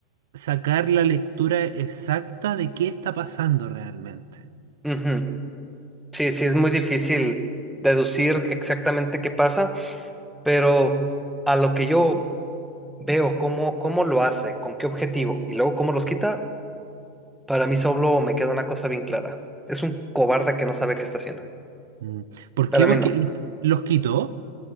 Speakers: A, on the right (about 70°); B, in the centre.
A: sacar la lectura exacta de qué está pasando realmente.
B: Ujú. Sí, sí, es muy difícil deducir exactamente qué pasa, pero a lo que yo veo, cómo, cómo lo hace, con qué objetivo y luego cómo los quita, Para mí solo me queda una cosa bien clara. Es un cobarde que no sabe qué está haciendo.
A: Mm. ¿Por
B: Para
A: qué?
B: mí
A: Porque
B: no.
A: los quitó.